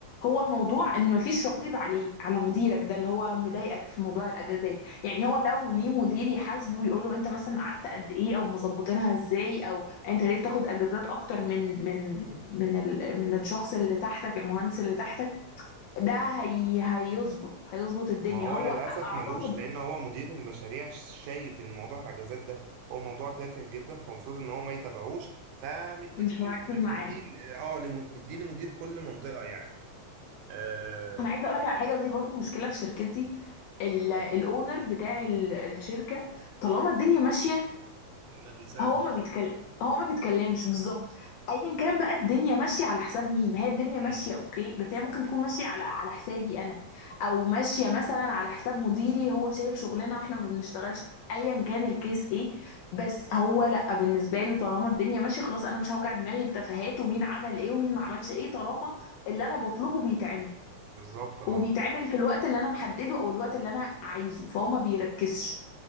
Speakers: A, on the left; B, on the right.
A: هو الموضوع إن مفيش رقيب عليه على مديرك ده اللي هو مضايقك في موضوع الأجازات يعني هو لو ليه مدير يحاسبه ويقول له أنت مثلا قعدت قد إيه أو مظبطينها إزاي أو أنت ليه بتاخد أجازات أكتر من من من من, ال من الشخص اللي تحتك المهندس اللي تحتك ده هي هيظبط هيظبط الدنيا
B: ما هو
A: هو
B: للأسف
A: أعتقد
B: ملوش لأن هو مدير المشاريع شايف إن موضوع الأجازات ده هو موضوع تافه جدا فالمفروض إن هو ما يتابعوش فمديه
A: مش
B: ل-
A: مركز
B: مديه
A: معاه
B: ل- اه لم- مديه لمدير كل منطقة يعني آه
A: أنا عايزة أقول لك على حاجة ودي برضو مشكلة في شركتي ال- الاونر بتاع ال- الشركه طالما الدنيا ماشيه
B: ما بيسألش
A: هو ما بيتكلم هو ما بيتكلمش بالظبط ايا كان بقى الدنيا ماشيه على حساب مين ما هي الدنيا ماشيه
B: مم.
A: اوكي بس هي ممكن تكون ماشيه على على حسابي انا او ماشيه مثلا على حساب مديري هو شايل شغلنا واحنا ما بنشتغلش ايا كان الكيس ايه بس هو لا بالنسبه له طالما الدنيا ماشيه خلاص انا مش هوجع دماغي بتفاهات ومين عمل ايه ومين ما عملش ايه طالما اللي انا بطلبه بيتعمل
B: بالظبط اه
A: وبيتعمل في الوقت اللي انا محدده او الوقت اللي انا عايزه فهو ما بيركزش